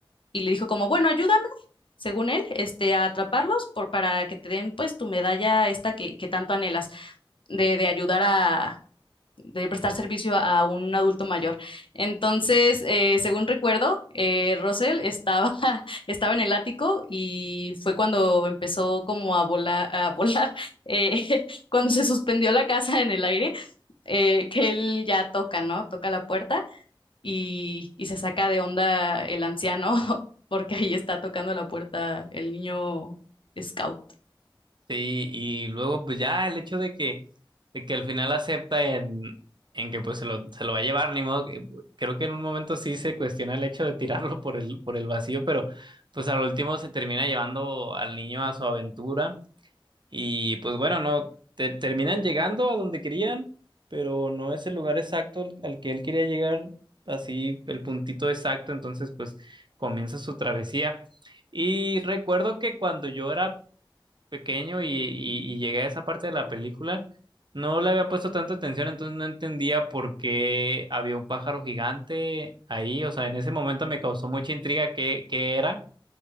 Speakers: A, on the left; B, on the right.
A: y le dijo como, bueno, ayúdame, según él, este, a atraparlos por, para que te den pues tu medalla esta que, que tanto anhelas de, de ayudar a, de prestar servicio a, un adulto mayor. Entonces, eh, según recuerdo, eh, Russell estaba, <laughs> estaba en el ático y fue cuando empezó como a volar, a volar, <laughs> eh, <laughs> cuando se suspendió la casa en el aire, eh, que él ya toca, ¿no? Toca la puerta y, y se saca de onda el anciano <laughs> porque ahí está tocando la puerta el niño scout.
B: Sí, y luego pues ya el hecho de que, de que al final acepta en, en que pues se lo, se lo va a llevar, ni modo, que- creo que en un momento sí se cuestiona el hecho de tirarlo por el, por el vacío, pero pues al último se termina llevando al niño a su aventura y pues bueno, no, te- terminan llegando a donde querían, pero no es el lugar exacto al, al que él quería llegar, así el puntito exacto, entonces pues comienza su travesía. Y recuerdo que cuando yo era pequeño y, y- y llegué a esa parte de la película, no le había puesto tanta atención, entonces no entendía por qué había un pájaro gigante ahí, o sea, en ese momento me causó mucha intriga qué, qué era,